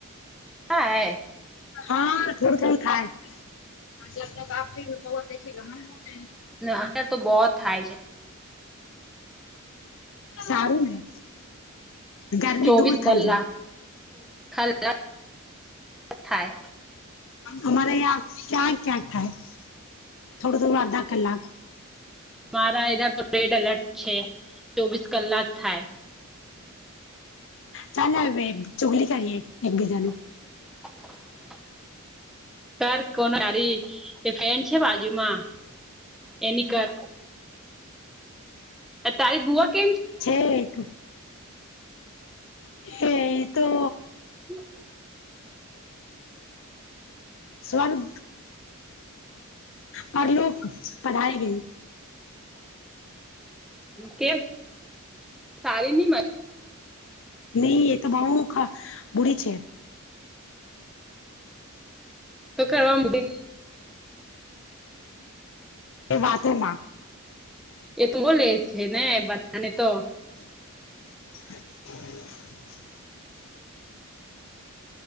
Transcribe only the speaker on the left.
હા થોડ થડું થા <inaudible> હ જ ત હ જ.
સારું ને ગરમી
દૂર થઈ
જાય.
અમારેં ઈયા ક્યાંક ક્યાંક થાય થોડું થોડું અડધા કલાક.
ચાલ ને હવે ચુગલી કરીએ એકબીજા નુ.
છે એક. હે એ તો.
સ્વન. પરલોક પઢાય ગઈ.
નહી એ તો બઉ ખ બુડી છે.
એ બાથરૂમમાં.
<unintelligible>